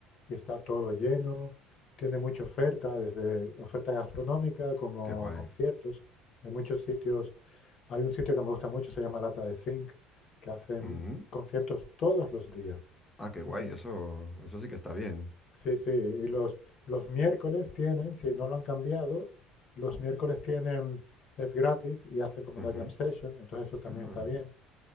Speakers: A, on the left; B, on the left.
A: y está todo lleno, tiene mucha oferta, desde oferta gastronómica como
B: qué guay.
A: a conciertos. Hay muchos sitios, hay un sitio que me gusta mucho, se llama Lata de Zinc, que hacen
B: Mm,
A: conciertos todos los días,
B: ah, qué guay,
A: eh,
B: eso, eso sí que está bien.
A: Sí, sí, y los, los miércoles tienen, si no lo han cambiado, los miércoles tienen, es gratis y hacen como
B: Ujú.
A: una jam session, entonces eso también
B: Ah,
A: está bien.